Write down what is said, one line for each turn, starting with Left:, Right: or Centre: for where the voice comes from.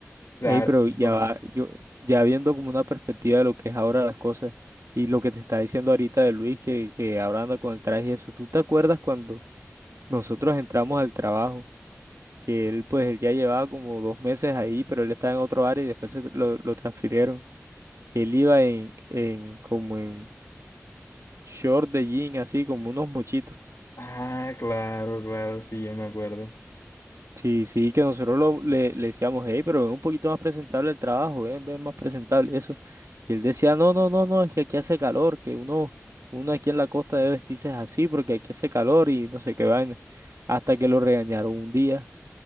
Left: Claro,
Right: Ey, pero
Left: claro,
Right: ya
Left: no.
Right: va, yo, ya viendo como una perspectiva de lo que es ahora las cosas y lo que te está diciendo ahorita de Luis, que, que ahora anda con el traje y eso, ¿tú te acuerdas cuando nosotros entramos al trabajo? que él pues él ya llevaba como dos meses ahí, pero él estaba en otro área y después se lo, lo transfirieron que él iba en, en como en short de jean, así como unos mochitos.
Left: Ah, claro, claro, sí, yo me acuerdo.
Right: Sí, sí, que nosotros lo- le, le decíamos, hey, pero ven un poquito más presentable el trabajo, ven, ven más presentable, eso. Y él decía, no, no, no, no, es que aquí hace calor, que uno, uno aquí en la costa debe vestirse así porque aquí hace calor y no sé qué vaina. Hasta que lo regañaron un día.